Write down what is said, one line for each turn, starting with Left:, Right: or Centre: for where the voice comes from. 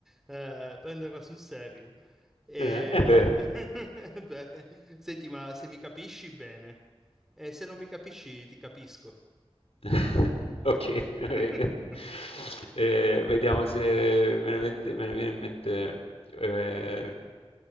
Centre: eh, prenderla sul serio. E...
Left: Eh, è vero.
Centre: <laughs> Beh, senti, ma se mi capisci bene, e se non mi capisci ti capisco.
Left: <laughs> Ok, <laughs>
Centre: <laughs>
Left: Eh, vediamo se me ne, vente- me ne viene in mente. eh,